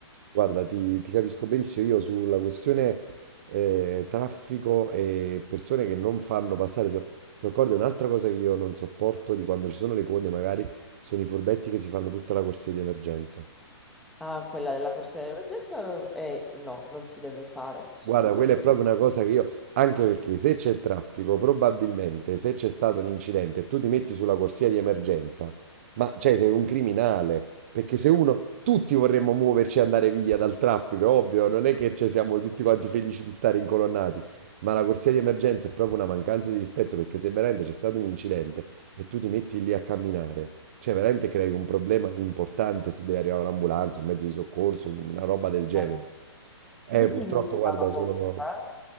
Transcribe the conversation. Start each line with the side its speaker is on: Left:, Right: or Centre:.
Right: Guarda, ti, ti capisco benissimo. Io sulla questione eh, traffico e persone che non fanno passare, so- sono d'accordo. E Un'altra cosa che io non sopporto di quando ci sono le code, magari, sono i furbetti che si fanno tutta la corsia di emergenza.
Centre: Ah, quella della corsia di emergenza, eh, no, non si deve fare, sono
Right: Guarda,
Centre: d'accordo.
Right: quella è proprio una cosa che io, anche perché se c'è traffico, probabilmente se c'è stato un incidente e tu ti metti sulla corsia di emergenza, ma cioè sei un criminale, perché se uno, tutti vorremmo muoverci e andare via dal traffico, è ovvio, non è che ci siamo tutti quanti felici di stare incolonnati, ma la corsia di emergenza è proprio una mancanza di rispetto perché se veramente c'è stato un incidente e tu ti metti lì a camminare, cioè, veramente crei un problema importante se deve arrivare un'ambulanza, un mezzo di soccorso, una roba del genere.
Centre: Eh,
Right: Eh,
Centre: Lì
Right: purtroppo,
Centre: ti multano
Right: guarda,
Centre: comunque.
Right: sono...